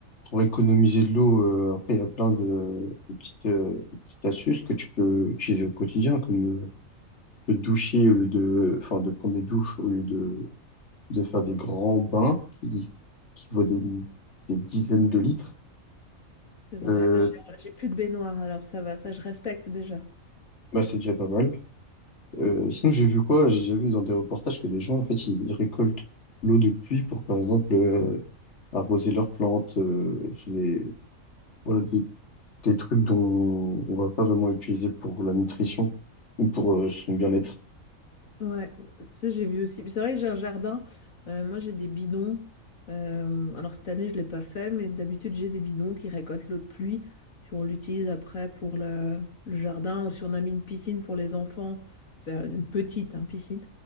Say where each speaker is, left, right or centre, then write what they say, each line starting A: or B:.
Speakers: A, on the left (about 55°); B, on the left (about 80°).
A: pour économiser de l'eau, euh, après, il y a plein de, de petites, euh, de petites astuces que tu peux utiliser au quotidien, comme euh, de doucher au lieu de, enfin, de prendre des douches au lieu de, de faire des grands bains qui, qui vaut des, des dizaines de litres.
B: C'est vrai.
A: Euh,
B: J'ai j'ai plus de baignoire, alors ça va, ça je respecte déjà.
A: bah, c'est déjà pas mal. Euh, sinon, j'ai vu quoi? J'ai déjà vu dans des reportages que des gens, en fait, ils, ils récoltent l'eau de pluie pour, par exemple, euh, arroser leurs plantes, euh, sur des, voilà, des, des trucs dont on va pas vraiment utiliser pour la nutrition ou pour euh, son bien-être.
B: Ouais, ça j'ai vu aussi. Puis C'est vrai que j'ai un jardin. euh, moi j'ai des bidons. euh, alors cette année je l'ai pas fait, mais d'habitude j'ai des bidons qui récoltent l'eau de pluie. Puis on l'utilise après pour le, le jardin ou si on a mis une piscine pour les enfants, enfin une petite hein, piscine.